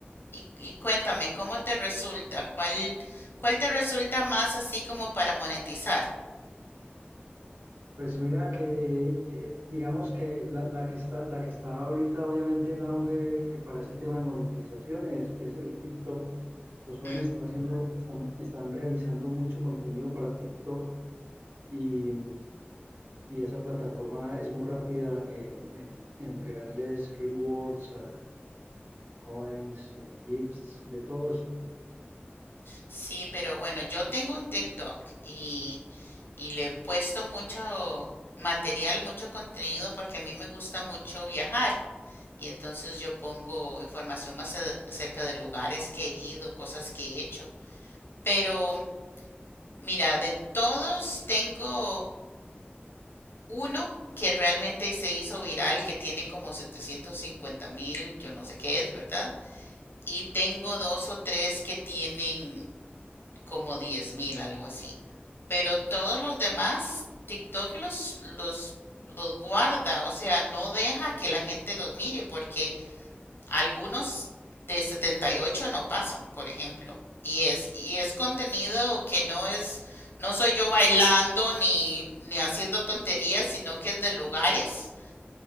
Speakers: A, on the left; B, on the right.
A: Y, y cuéntame, ¿cómo te resulta? ¿Cuál, cuál te resulta más así como para monetizar?
B: Pues mira que, eh, digamos que la, la que está, la que está ahorita obviamente en auge eh, para ese tema de monetización es, es el TikTok. Los jóvenes
A: Mm.
B: están haciendo, están, están realizando mucho contenido para TikTok y... y esa plataforma es muy rápida en, en entregarles rewards, eh, coins, eh, gifts, de todo eso.
A: Sí, pero bueno, yo tengo un TikTok y, y le he puesto mucho material, mucho contenido porque a mí me gusta mucho viajar y entonces yo pongo información ace- acerca de lugares que he ido, cosas que he hecho. Pero mira, de todos tengo uno que realmente se hizo viral, que tiene como setecientos cincuenta mil, yo no sé qué es, ¿verdad? Y tengo dos o tres que tienen como diez mil, algo así. Pero todos los demás, TikTok los, los, los guarda, o sea, no deja que la gente los mire porque algunos de 78 no pasan, por ejemplo. Y es, y es contenido que no es, no soy yo bailando ni, ni haciendo tonterías, sino que es de lugares,